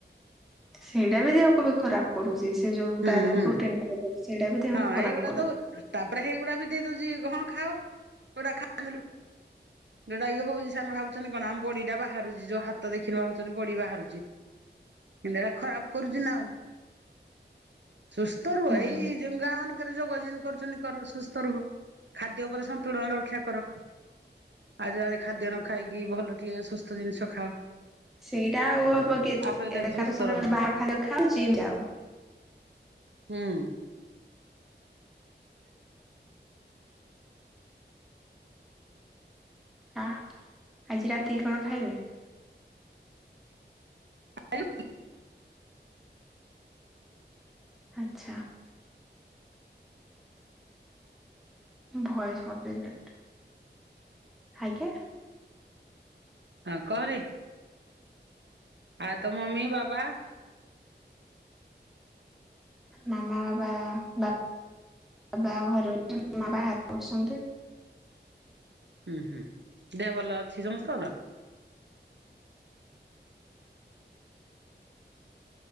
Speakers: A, in the centre; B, on the right.
A: ସେଇଟା ବି ଦେହକୁ ବି ଖରାପ କରୁଛି। ସେ ଯୋଉ
B: ହୁଁ
A: ତା ଯୋଉ
B: ହୁଁ।
A: ପ୍ରୋଟିନ୍ ପାଉଡର ସେଇଟାବି ଦେହକୁ
B: ହଁ
A: ଖରାପ
B: ଏଇଗୁଡା
A: କରୁଛି।
B: ଦଉ ତାପରେ ହେଇଗୁଡା ବି ଦେଇ ଦଉଛି, ହଁ ଖାଅ ହେଗୁଡା ଖାଇବେ ଲୋକ ଯୋଉଟା ଏ ହଉଛି ସେମାନେ ଭାବୁଛନ୍ତି କଣ, ଆମ ବଡିଟା ବାହାରୁଛି ଯୋଉ ହାତ ଦେଖିନୁ ଭାବୁଛନ୍ତି ବଡି ବାହାରୁଛି। କିନ୍ତୁ ହେରା ଖରାପ କରୁଛି ନା ଆଉ। ସୁସ୍ଥ ରୁହ
A: ହୁଁ।
B: ଏଇ ଯୋଉ ଗାଁ ମାନଙ୍କରେ ଯୋଗ କରୁଛନ୍ତି କର ସୁସ୍ଥ ରୁହ। ଖାଦ୍ୟ ଉପରେ ସନ୍ତୁଳନ ରକ୍ଷା କର। ଆଜ୍ୟ ବାଜ୍ୟ ଖାଦ୍ୟ ନ ଖାଇକି ଭଲ ଟିକେ ସୁସ୍ଥ ଜିନିଷ ଖାଅ।
A: ସେଇଟା ଆଉ ହବ କି,
B: ଆପରେ ଦେହ
A: ଏବେକାର
B: ସୁସ୍ଥ
A: ଶୁଣ
B: ରହିବ
A: ବାହାର ଖାଦ୍ୟ ଖାଅ ଜିମ୍ ଯାଉ।
B: ହୁଁ।
A: ହ ଆଜି ରାତିକି କଣ ଖାଇବେ?
B: ଆ <inaudible>
A: ଆଚ୍ଛା। ଭଏସ୍ କାଟିଲା ଆଜ୍ଞା।
B: ହଁ କହରେ? ଆଉ ତ ମମି ବାବା?
A: ମାମା ବାବା ବା ବା ଘରେ ମାମା ବା ବାହାରେ ବଛନ୍ତି।
B: ହୁଁ ହୁଁ। ଦେହ ଭଲ ଅଛି ସମସ୍ତଙ୍କର?